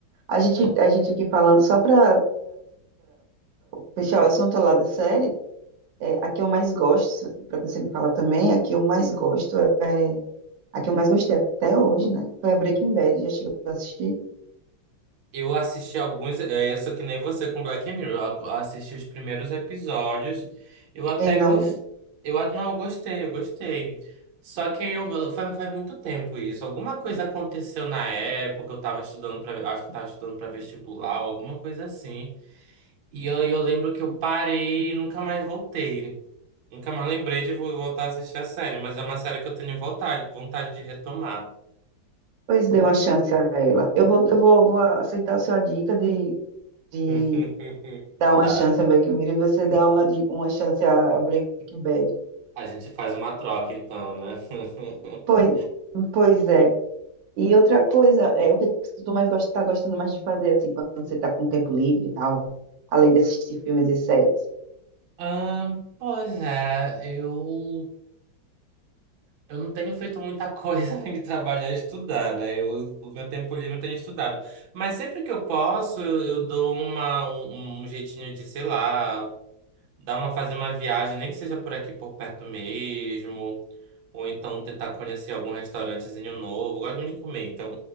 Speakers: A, on the right; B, on the right.
A: A gente, a gente aqui falando só para fechar o assunto lá da série, é, a que eu mais gosto, para você me falar também, a que eu mais gosto é. A que eu mais gostei até hoje, né? Foi a Breaking Bad, já chegou a assistir.
B: Eu assisti alguns, é, eu sou que nem você com Black Mirror. Eu a- assisti os primeiros episódios. Eu até
A: E não,
B: gostei. Eu, a- não, eu gostei, eu gostei. Só que eu, faz, faz muito tempo isso. Alguma coisa aconteceu na época, eu tava estudando para, acho que eu tava estudando para vestibular, alguma coisa assim. E eu, eu lembro que eu parei e nunca mais voltei. Nunca mais lembrei de vo- voltar a assistir a série, mas é uma série que eu tenho vontade, vontade de retomar.
A: pois dê uma chance a ela. Eu vou, eu vou, vou aceitar a sua dica de, de
B: <laughs>
A: dar uma
B: Tá.
A: chance a Black Mirror e você dar uma, di- uma chance a Breaking Bad.
B: A gente faz uma troca então, né? <laughs>
A: Pois, pois é. E outra coisa, é o que que tu mais gosta, tá gostando mais de fazer, assim, quando você tá com tempo livre e tal, além de assistir filmes e séries.
B: Ah, pois é, eu, eu não tenho feito muita coisa <laughs> além de trabalhar e estudar, né? Eu, o meu tempo livre eu tenho estudado. Mas sempre que eu posso, eu, eu dou uma, um, um um jeitinho de, sei lá, dar uma, fazer uma viagem, nem que seja por aqui por perto mesmo. Ou então tentar conhecer algum restaurantezinho novo. Eu Gosto muito de comer, então